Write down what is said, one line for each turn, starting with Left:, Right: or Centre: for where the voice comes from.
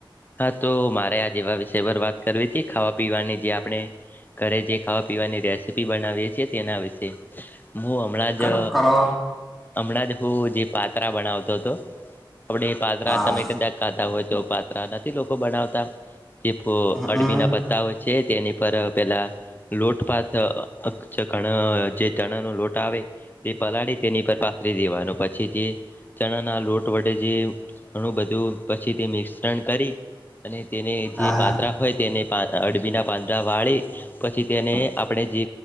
Left: હા તો મારે આ જેવા વિષય પર વાત કરવી હતી ખાવા પીવાની જે આપણે ઘરે જે ખાવા પીવાની રેસીપી બનાવીએ છીએ તેના વિશે. હું હમણાં
Centre: કરો
Left: જ.
Centre: કરો
Left: હમણાં જ હું જે પાત્રા બનાવતો હતો આપડે એ પાત્રા
Centre: હા
Left: તમે કદાચ ખાધા હોય તો પાત્ર નથી લોકો બનાવતા જે અડબી
Centre: હમમ
Left: ના પત્તા હોય. છે તેની પર પેલા. લોટપાથ ઘણા જે ચણા નો લોટ આવે. તે પલાળી તેની પર પાથરી દેવાનું પછી જે. ચણાના લોટ વડે જે ઘણું બધું પછીથી મિક્સ. કરી અને તેને
Centre: હા
Left: જે પાત્રા. હોય તેને પા અડબીના પાંદડા વાળે પછી તેને આપણે જે.